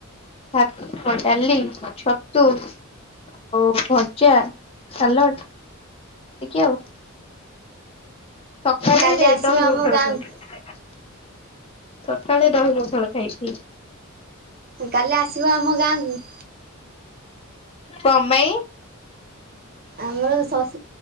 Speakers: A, on the left; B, on the right.
A: ଭାତ, ଡାଲି, ଛତୁ। ଆଉ ଭଜା, ସାଲଟ ଏତିକି ଆଉ। ସକାଳେ
B: କାଲି ଆସିବ
A: ଦହି ପଖାଳ
B: ଆମ ଗାଁକୁ
A: ଖାଇଥିଲି। ସକାଳେ ଦହି ପଖାଳ ଖାଇଥିଲି।
B: କାଲି ଆସିବ ଆମ ଗାଁକୁ?
A: କଣ ପାଇଁ?
B: ଆମର ଷଷ୍